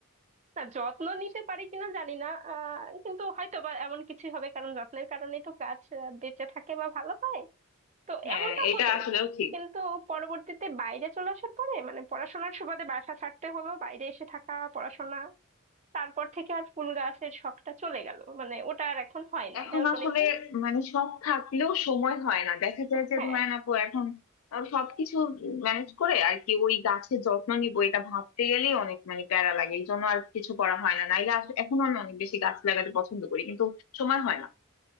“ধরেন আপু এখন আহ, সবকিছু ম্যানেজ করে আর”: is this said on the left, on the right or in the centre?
Left